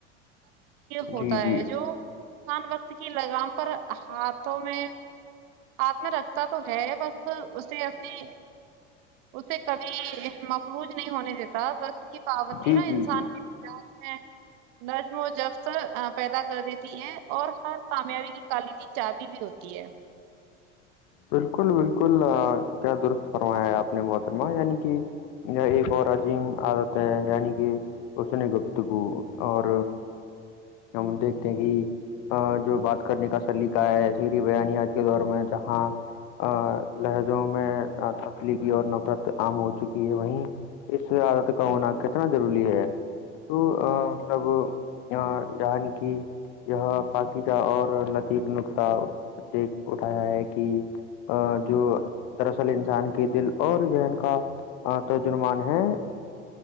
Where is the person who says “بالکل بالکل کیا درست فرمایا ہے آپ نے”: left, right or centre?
Left